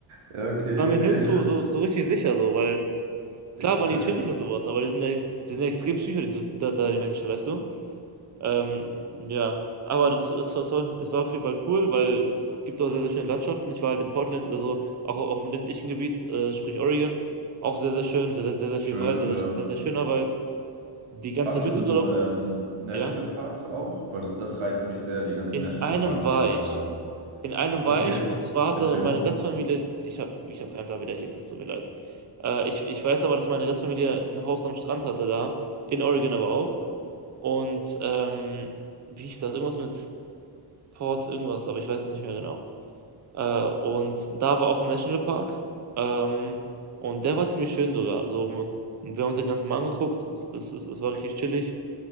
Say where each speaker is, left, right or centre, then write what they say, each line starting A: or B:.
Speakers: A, on the right; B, on the right.
A: Ja, Okay,
B: War mir nirgendwo so, so richtig sicher, so, weil klar
A: ich check.
B: waren die chillig und sowas, aber die sind ja, die sind ja extrem psycho, die, da, da, die Menschen, weißt du? Ähm, ja, aber das, ist was. es war es war auf jeden Fall cool, weil es gibt auch sehr, sehr schöne Landschaften. Ich war halt in Portland, also auch auf dem ländlichen Gebiet, äh, sprich Oregon, auch sehr, sehr schön, sehr, sehr, sehr, sehr
A: Schön,
B: viel Wald, sehr,
A: ja.
B: sehr, sehr schöner Wald. Die ganze
A: Warst
B: Mitte
A: du in
B: dort
A: so
B: auch,
A: ähm, Nationalparks
B: ja.
A: auch? Weil das, das reizt mich sehr, die ganzen
B: In
A: Nationalparks,
B: einem
A: die
B: war
A: die da
B: ich.
A: haben.
B: In einem war
A: Okay,
B: ich und zwar hatte
A: erzähl
B: meine
A: mal.
B: Gastfamilie, ich habe ich hab keinen Plan, wie der hieß, es tut mir leid. Äh, ich, ich weiß aber, dass meine Gastfamilie ein Haus am Strand hatte da, in Oregon aber auch. Und ähm, wie hieß das? Irgendwas mit Port, irgendwas, aber ich weiß es nicht mehr genau. Äh, und da war auch ein Nationalpark. Ähm, und der war ziemlich schön sogar. Also, m- wir haben uns den ganzen Mal angeguckt. Es, es, es war richtig chillig.